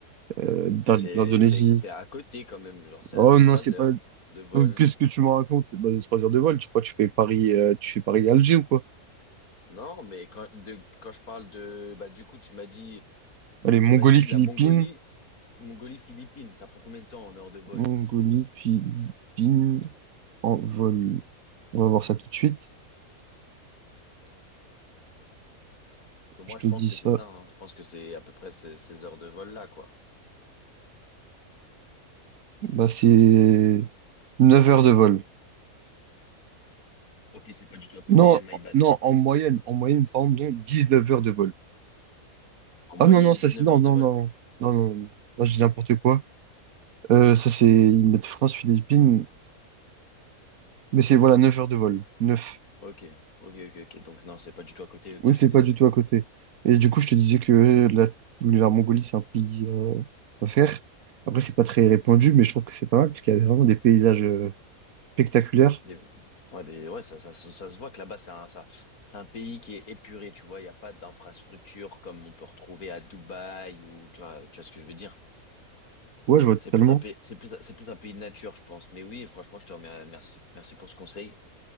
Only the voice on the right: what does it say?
euh, d'In-
de l'Indonésie.
Oh
non,
c'est
pas,
oh, qu'est-ce que tu me racontes? C'est pas de trois heures de vol, tu crois que tu fais Paris, euh, tu fais Paris-Alger ou quoi?
Allez, Mongolie,
Philippines,
Mongolie, Philippines, en vol. On va voir ça tout de suite.
Je te
dis
ça.
Bah, c'est 9 heures de vol.
Non,
non, en moyenne, en moyenne, par exemple, donc 19 heures de vol.
Ah non, non, ça
c'est. Non,
non,
non, non, non, non, non, je dis n'importe quoi. Euh, ça c'est. Ils mettent France, Philippines, mais c'est voilà 9 heures de vol. neuf.
Oui,
c'est
pas du tout à côté. Et du coup, je te disais que la, la Mongolie, c'est un pays euh, à faire. Après, c'est pas très répandu, mais je trouve que c'est pas mal, parce qu'il y a vraiment des paysages euh, spectaculaires.
Ouais, je vois totalement.